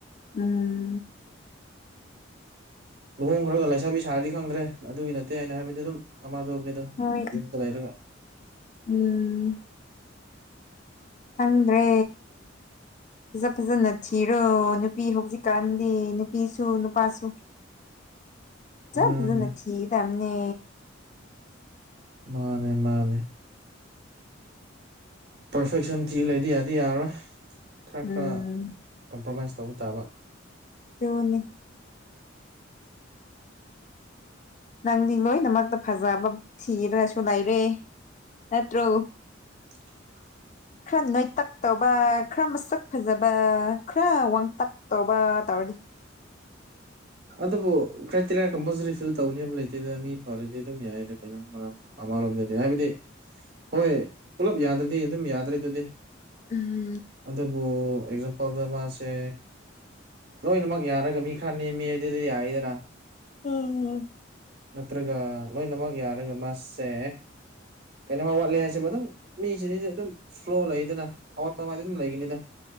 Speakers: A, on the left; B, on the right.
A: ꯎꯝ꫰꫰
B: <inaudible> ꯂꯨꯍꯣꯡꯈ꯭ꯔꯒ ꯂꯩꯁꯥꯕꯤ ꯁꯥꯔꯗꯤ ꯈꯪꯗ꯭ꯔꯦ ꯑꯗꯨꯒꯤ ꯅꯠꯇꯦ ꯑꯩꯅ ꯍꯥꯏꯕꯗꯤ ꯑꯗꯨꯝ ꯑꯃꯥꯗꯨꯕꯅꯤꯗ
A: ꯍꯣꯏ
B: ꯌꯨꯝꯗ ꯂꯩꯔꯒ꯫
A: ꯎꯝ꯫ ꯈꯪꯗ꯭ꯔꯦ ꯐꯖ ꯐꯖ ꯅ <unintelligible> ꯊꯤꯔꯣ ꯅꯨꯄꯤ ꯍꯧꯖꯤꯛꯀꯥꯟꯗꯤ ꯅꯨꯄꯤꯁꯨ ꯅꯨꯄꯥꯁꯨ꯫ ꯐꯖ
B: ꯃꯥꯅ
A: ꯐꯖꯅ ꯊꯤꯒ ꯗꯝꯅꯦ꯫
B: ꯃꯥꯟꯅꯦ ꯃꯥꯟꯅꯦ꯫ ꯄꯔꯐꯦꯛꯁꯟ ꯊꯤꯕ ꯂꯩꯗꯤ ꯌꯥꯗꯤ ꯌꯥꯔꯣꯏ ꯈ꯭ꯔ
A: ꯎꯝ
B: ꯈ꯭ꯔ ꯀꯝꯄ꯭ꯔꯣꯃꯥꯏꯁ ꯇꯧꯕ ꯇꯥꯕ꯫
A: ꯇꯨꯅꯤ꯫ ꯅꯪꯗꯤ ꯂꯣꯏꯅꯃꯛꯇ ꯐꯖꯕ ꯊꯤꯔꯁꯨ ꯂꯩꯔꯦ ꯅꯠꯇ꯭ꯔꯣ꯫
B: <inaudible>
A: ꯈ꯭ꯔ ꯅꯣꯏꯇꯛ ꯇꯧꯕ ꯈ꯭ꯔ ꯃꯁꯛ ꯐꯖꯕ ꯈ꯭ꯔ ꯋꯥꯡꯇꯛ ꯇꯧꯕ ꯇꯧꯔꯅꯤ꯫
B: ꯑꯗꯨꯕꯨ ꯀ꯭ꯔꯥꯏꯇꯦꯔꯤꯌꯥ ꯀꯝꯄꯜꯁꯔꯤ ꯐꯤꯜ ꯇꯧꯅꯦꯕ ꯂꯩꯇꯦꯗ ꯃꯤ ꯐꯔꯗꯤ ꯑꯗꯨꯝ ꯌꯥꯏꯗ ꯀꯩꯅꯣ ꯃꯔꯝ꯫ ꯑꯃꯥꯂꯣꯝꯗꯗꯤ ꯍꯥꯏꯕꯗꯤ ꯍꯣꯏ ꯄꯨꯂꯞ ꯌꯥꯗ꯭ꯔꯗꯤ ꯑꯗꯨꯝ ꯌꯥꯗ꯭ꯔꯦ ꯑꯗꯨꯗꯤ꯫
A: ꯎꯝ꯫
B: ꯑꯗꯨꯕꯨ ꯑꯦꯛꯖꯥꯝꯄꯜꯗ ꯃꯥꯁꯦ꯫ ꯂꯣꯏꯅꯃꯛ ꯌꯥꯔꯒ ꯃꯤ ꯈ꯭ꯔ ꯅꯦꯝꯃꯦ ꯗꯤ ꯑꯗꯨꯗꯤ ꯌꯥꯏꯗꯅ꯫
A: ꯎꯝ꯫
B: ꯅꯠꯇ꯭ꯔꯒ ꯂꯣꯏꯅꯃꯛ ꯌꯥꯔꯒ ꯃꯥꯁꯦ ꯀꯩꯅꯣꯃ ꯋꯥꯠꯂꯦ ꯍꯥꯏꯁꯦꯕ ꯑꯗꯨꯝ ꯃꯤꯁꯤꯗꯤꯗꯤ ꯑꯗꯨꯝ ꯐ꯭ꯂꯣ ꯂꯩꯗꯅ꯫ ꯑꯋꯥꯠ ꯄ ꯑꯃꯗꯤ ꯑꯗꯨꯝ ꯂꯩꯒꯅꯤꯗ꯫